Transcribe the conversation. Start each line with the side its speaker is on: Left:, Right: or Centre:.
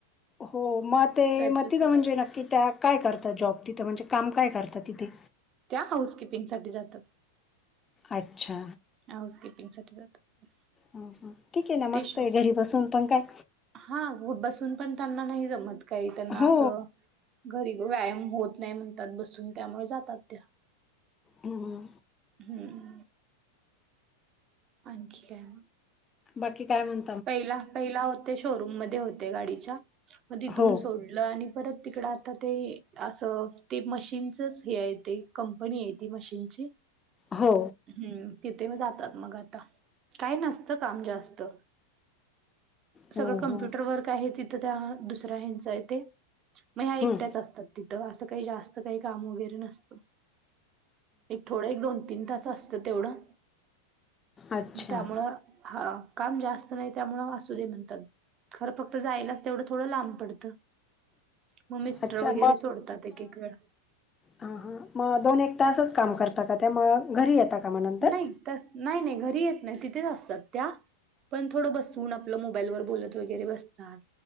Left: हो. म, ते,
Right: त्याच
Left: म तिद
Right: ते
Left: म्हणजे, नक्की त्या काय करता जॉब तिथं. म्हणजे काम काय करतात. तिथे
Right: त्या, हाऊस किपिंग साठी जातात.
Left: अच्छा.
Right: हाऊस किपिंग साठी जातात
Left: ह ह. ठीके ना.
Right: ते
Left: मस्तय.
Right: शॉपिंग
Left: घरी बसून पण काय?
Right: हा बसून पण त्यांना नाही जमत काही. त्यांना
Left: हो
Right: असं घरी व्यायाम होत नाही म्हणतात बसून. त्यामुळे जातात त्या.
Left: हं
Right: हम्म. आणखी काय म.
Left: बाकी काय म्हण
Right: पहिला पहिला होते शोरूम मध्ये होते. गाडीच्या. मग तिथून
Left: हो
Right: सोड ल. आणि परत तिकड आता ते असं ते मशीनचच हे आहे ते. कंपनीये ती मशीनची.
Left: हो.
Right: हम्म तिथे जातात मग आता. काय नसतं काम जास्त.
Left: हो
Right: सगळं कम्प्युटर
Left: हो
Right: वर्क आहे तिथं त्या दुसऱ्या हेंच आहे ते, मग ह्या एकट्याच
Left: हं
Right: असतात. तिथं असं काही जास्त काही, काम वगैरे नसतं. एक थोडं एक दोन तीन तास असतं तेवढं.
Left: अच्छा
Right: त्यामुळं, हा काम जास्त नाही त्यामुळं. असू दे म्हणतात. खरं फक्त जायलाच तेवढं थोडं लांब पडतं. म मिस्टर
Left: अच्छा
Right: वगैरे सोडतात. एक एक वेळा.
Left: हा हा, मग दोन एक तासच काम करता का त्या? म घरी येता का? मग नंतर
Right: नाही तस, नाही! नाही! घरी येत नाही. तिथेच असतात त्या. पण थोडं बसवून. आपलं मोबाईलवर बोलत वगैरे बसतात.